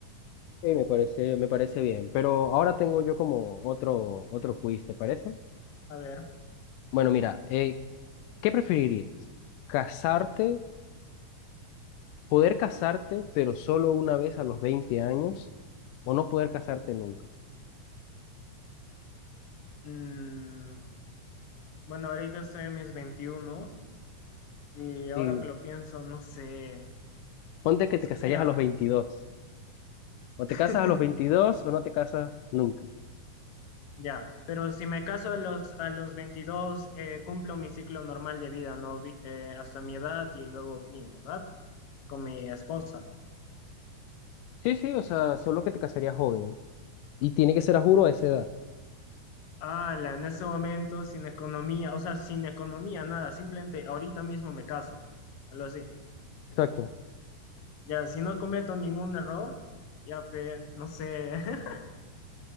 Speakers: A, on the left (about 85°); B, on the left (about 55°).
A: sí, me parece, me parece bien. Pero ahora tengo yo como otro, otro quiz, ¿te parece?
B: A ver,
A: Bueno, mira, eh, ¿qué preferirías? ¿Casarte, poder casarte, pero solo una vez a los 20 años, o no poder casarte nunca?
B: mm, bueno, ahorita estoy en mis 21 y ahora
A: Y
B: que lo pienso, no sé,
A: ponte que
B: es
A: te casarías
B: que mira.
A: a los 22. O te
B: <laughs>
A: casas a los veintidós o no te casas nunca.
B: Ya, pero si me caso a los, a los 22 eh, cumplo mi ciclo normal de vida, ¿no? Vi- eh, hasta mi edad y luego, plin, ¿verdad? Con mi esposa.
A: Sí, sí, o sea, solo que te casarías joven. Y tiene que ser a juro a esa edad.
B: Ala, en ese momento, sin economía, o sea, sin economía, nada, simplemente ahorita mismo me caso, algo así.
A: Exacto,
B: Ya, si no cometo ningún error, ya, pe- no sé, <laughs>